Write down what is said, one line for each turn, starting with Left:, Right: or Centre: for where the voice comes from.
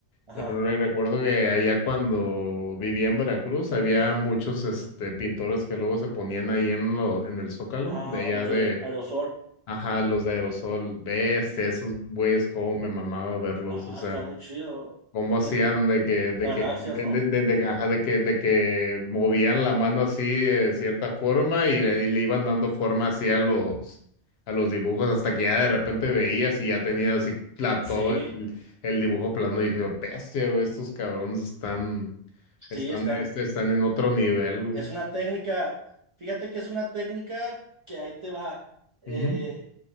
Right: Ajá.
Left: pero re- recuerdo que allá cuando vivía en Veracruz había muchos este,
Right: ujú.
Left: pintores que luego se ponían ahí en, lo, en el Zócalo,
Right: Ah,
Left: de allá
Right: los
Left: de,
Right: de aerosol.
Left: ajá, los de aerosol, bestia, esos güeyes, cómo me mamaba verlos,
Right: Ah,
Left: o sea.
Right: está muy chido.
Left: ¿Cómo
Right: Ujú,
Left: hacían de que, de
Right: Galaxias,
Left: que, de,
Right: ¿no?
Left: de- de- de- ajá, de que, de que movían la mano así de cierta forma y le, y le iban dando forma así a los, a los dibujos hasta que ya de repente veías y ya tenías así la- todo
Right: Sí.
Left: el, el dibujo plano y dije, bestia, güey, estos cabrones están, están,
Right: Sí, están.
Left: est- están en otro nivel, güey".
Right: Es una técnica, fíjate que es una técnica que ahí te va. Eh,
Left: Ujú,